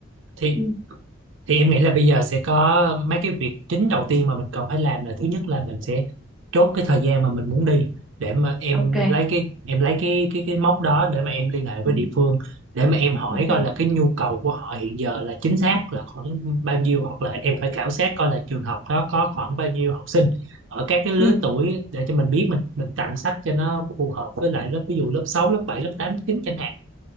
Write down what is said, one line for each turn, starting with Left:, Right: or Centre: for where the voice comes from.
Right: thì
Centre: ừ,
Right: thì em nghĩ là bây giờ sẽ có mấy cái việc chính đầu tiên mà mình cần phải làm là thứ nhất là mình sẽ chốt cái thời gian mà mình muốn đi để mà em
Centre: ok
Right: lấy cái em lấy cái cái cái mốc đó để mà em liên hệ với
Centre: ừ,
Right: địa phương để mà em hỏi
Centre: ok
Right: coi là cái nhu cầu của họ hiện giờ là chính xác là khoảng bao nhiêu hoặc là em phải khảo sát coi là trường học đó có khoảng bao nhiêu học sinh ở các cái lứa
Centre: ừ,
Right: tuổi để cho mình biết mình mình tặng sách cho nó phù hợp với lại lớp ví dụ lớp sáu lớp bảy lớp tám lớp 9 chẳng hạn.